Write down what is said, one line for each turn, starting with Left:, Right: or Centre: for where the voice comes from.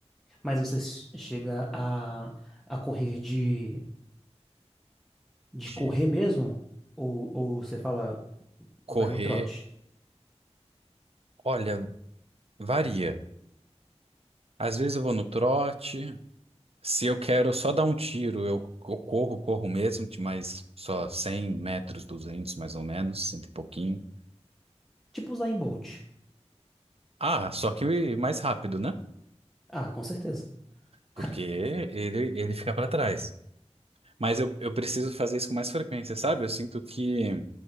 Centre: Mas você ch- chega a, a correr de, de
Right: De
Centre: correr mesmo? Ou, ou você fala.
Right: correr,
Centre: Vai no trote.
Right: olha, varia. Às vezes eu vou no trote, Se eu quero só dar um tiro, eu, eu corro, corro mesmo, de mais só 100 metros, 200 mais ou menos, cento e pouquinho.
Centre: Tipo usar em Bolt.
Right: Ah, só que mais rápido, né?
Centre: Ah, com certeza.
Right: Porque
Centre: <laughs>
Right: ele, ele fica pra trás. Mas eu, eu preciso fazer isso com mais frequência, sabe? Eu sinto que